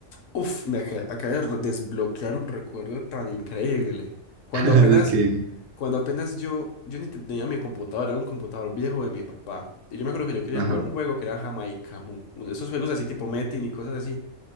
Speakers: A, on the left; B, on the right.
A: Uf, me aca- acaba de re- desbloquear un recuerdo tan increíble. Cuando
B: <laughs> Así
A: apenas,
B: que,
A: cuando apenas yo, yo ni tenía mi computadora, era un computador viejo de mi papá. Y yo me acuerdo que yo quería
B: ajá.
A: jugar un juego que era Jamaica Mu. Uno de esos juegos así tipo Metin y cosas así.